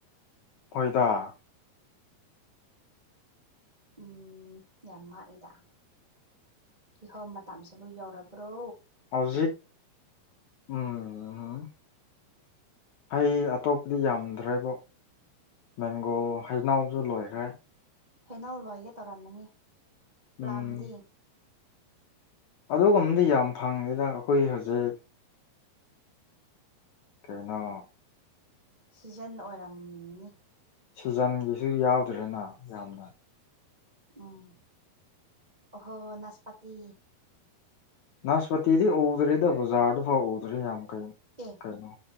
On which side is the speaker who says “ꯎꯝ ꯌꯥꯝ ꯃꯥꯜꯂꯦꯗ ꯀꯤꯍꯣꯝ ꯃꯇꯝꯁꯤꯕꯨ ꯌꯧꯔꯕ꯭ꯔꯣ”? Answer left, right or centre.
Right